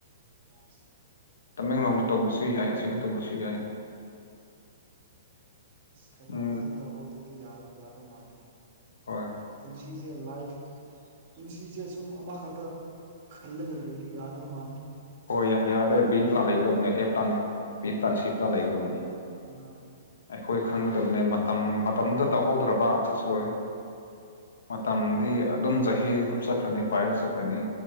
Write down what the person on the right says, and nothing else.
ꯑꯁ
ꯑꯁ ꯀꯩꯅꯣꯑꯃꯗꯤ
ꯇꯧꯍꯧꯗ꯭ꯔꯗꯤ ꯌꯥ ꯌꯥꯗꯧ ꯃꯥꯟꯗ꯭ꯔꯦ
ꯄꯨꯟꯁꯤꯁꯦ ꯂꯥꯏꯐ ꯄꯨꯟꯁꯤꯁꯦ ꯁꯨꯝ ꯑꯃꯈꯛꯇ ꯈꯜꯂꯒ ꯂꯩꯔꯤꯗꯤ ꯌꯥꯗꯧ ꯃꯥꯟꯗ꯭ꯔꯦꯅꯦ ꯫
ꯃꯥ